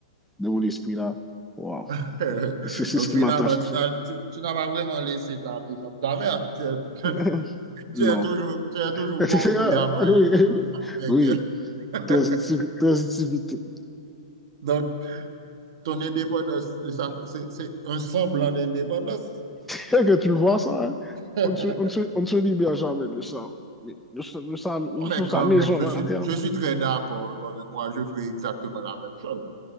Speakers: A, in the centre; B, on the right (about 60°).
A: de mon esprit là, waouh,
B: <laughs>
A: c'est c'est
B: Donc
A: ce qui
B: finalement,
A: m'attache.
B: tu n'as tu, tu n'as pas vraiment laissé ta maison de ta mère. Tu es,
A: <laughs>
B: <laughs> tu
A: non.
B: es toujours, tu es toujours
A: <laughs> oui,
B: convié à manger <laughs> avec
A: oui,
B: elle. <laughs>
A: Transitiv- Transitivité.
B: Donc ton indépendance, ça, c'est c'est un semblant d'indépendance.
A: Tel que tu le vois, ça, hein,
B: <laughs>
A: on ne se, on ne se- on ne se libère jamais de ça. Mais Nous sommes, nous sommes, nous
B: Non, mais
A: sommes
B: quand
A: sa maison
B: même, je suis,
A: interne.
B: je suis très d'accord. parce que Moi, je ferai exactement la même chose.